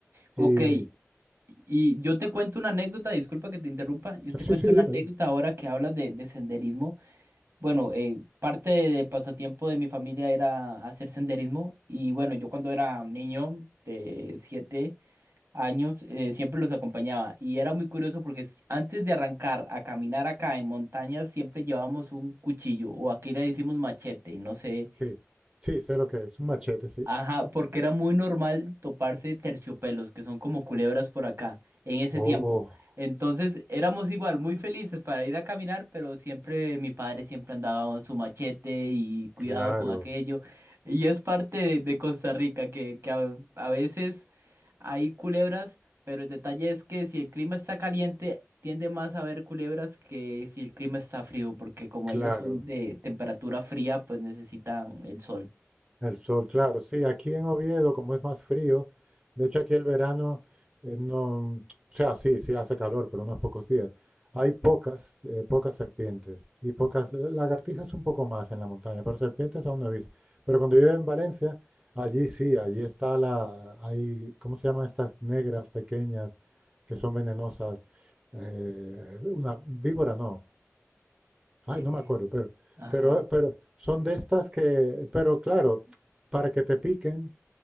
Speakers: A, on the right (about 55°); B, on the right (about 20°).
A: Ok,
B: Y,
A: y yo te cuento una anécdota, disculpa que te interrumpa, yo te
B: sí,
A: cuento
B: sí, dime,
A: una anécdota
B: dime.
A: ahora que hablas de, de senderismo. Bueno, eh, parte de- del pasatiempo de mi familia era hacer senderismo, y bueno, yo cuando era niño de siete años, eh, siempre los acompañaba. Y era muy curioso porque s- antes de arrancar a caminar acá en montañas, siempre llevábamos un cuchillo o aquí le decimos machete, no sé.
B: Sí, sí, sé lo que es, un machete, sí.
A: Ajá, porque era muy normal toparse terciopelos, que son como culebras por acá, en ese
B: Oh,
A: tiempo. Entonces éramos igual, muy felices para ir a caminar, pero siempre mi padre siempre andaba con su machete y cuidado
B: claro,
A: con aquello. Y es parte de, de Costa Rica, que, que a, a veces hay culebras, pero el detalle es que si el clima está caliente, tiende más a haber culebras que si el clima está frío, porque como
B: claro.
A: ellos son de temperatura fría, pues necesitan el sol.
B: El sol, claro, sí, aquí en Oviedo, como es más frío, de hecho aquí el verano eh, no, o sea, sí, sí hace calor, pero unos pocos días. Hay pocas, eh, pocas serpientes y pocas, eh, lagartijas un poco más en la montaña, pero serpientes aún no he visto. Pero cuando yo iba en Valencia, allí sí, allí está la, hay, ¿cómo se llaman estas negras pequeñas que son venenosas? Eh, una víbora no, Ay,
A: Eh,
B: no me acuerdo, pero,
A: ajá.
B: pero, pero son de estas que, pero claro, para que te piquen